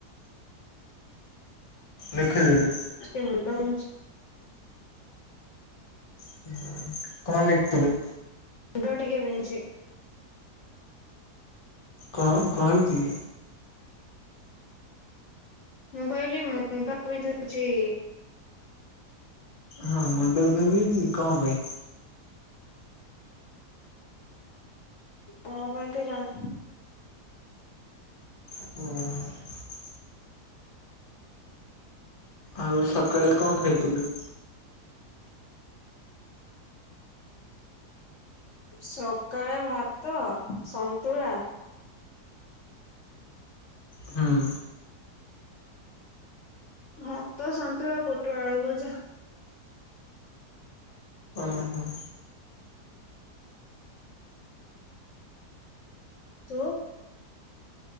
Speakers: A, on the left; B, on the left.
A: ଲେଖିଦେଲେ।
B: ଟିକେ ମୁଣ୍ଡ ବିନ୍ଧୁଛି।
A: <unintelligible> କଣ ଲେଖିଥିଲୁ?
B: ମୁଣ୍ଡ ଟିକେ ବିନ୍ଧୁଛି।
A: କଣ କଇଁଚି?
B: ମୁଁ କହିଲି ମୁଣ୍ଡ ବିନ୍ଧୁଛି।
A: ହଁ ମୁଣ୍ଡ ବିନ୍ଧୁଛି କଣ ପାଇଁ?
B: କଣ ପାଇଁ କେଜାଣି।
A: <unintelligible> ଆଉ ସକାଳେ କଣ ଖାଇଥିଲୁ?
B: ସକାଳେ ଭାତ ସନ୍ତୁଳା
A: ହୁଁ
B: ଭାତ, ସନ୍ତୁଳା, ପୋଟଳ ଆଳୁ ଭଜା।
A: ହଁ ହଁ
B: ତୁ?